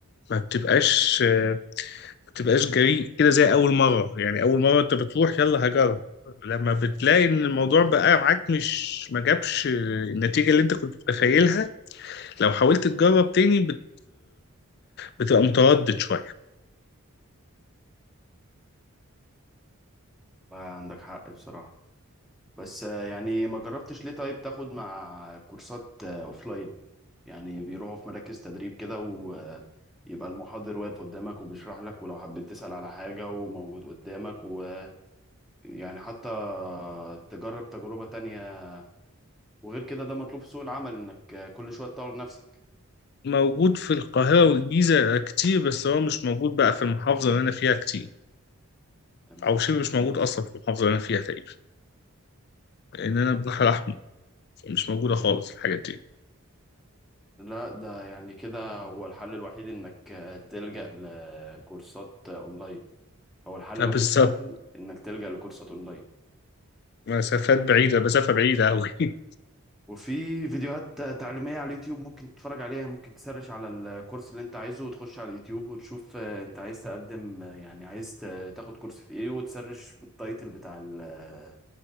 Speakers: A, on the left; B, in the centre.
A: ما بتبقاش ما بتبقاش جريء كده زي أول مرة يعني أول مرة انت بتروح يلا هجرب لما بتلاقي ان الموضوع بقى معاك مش ما جابش النتيجة اللي انت كنت متخيلها لو حاولت تجرب تاني بت... بتبقى متردد شوية
B: عندك حق بصراحة بس آه، يعني ما جربتش ليه طيب تاخد مع كورسات آه، أوفلاين يعني بيروحوا في مراكز تدريب كده ويبقى المحاضر واقف قدامك وبيشرح لك ولو حبيت تسأل على حاجة وموجود قدامك ويعني حتى تجرب تجربة تانية وغير كده ده مطلوب في سوق العمل انك كل شويه تطور نفسك
A: موجود في القاهرة والجيزة كتير بس هو مش موجود بقى في المحافظة اللي أنا فيها كتير
B: تمام
A: او شبه مش موجود اصلا في المحافظه اللي انا فيها تقريبا لان انا البحر الاحمر فمش موجوده خالص الحاجات دي
B: لا ده يعني كده هو الحل الوحيد انك تلجأ لكورسات اونلاين هو الحل
A: فبالظبط
B: الوحيد فعلا انك تلجأ لكورسات اونلاين
A: مسافات بعيده مسافه بعيده قوي <laughs>
B: وفي فيديوهات تعليمية على اليوتيوب ممكن تتفرج عليها ممكن تسرش على الكورس اللي انت عايزه وتخش على اليوتيوب وتشوف آه، انت عايز تقدم آه، يعني عايز ت- تاخد كورس في ايه وتسرش التايتل بتاع ال- آه،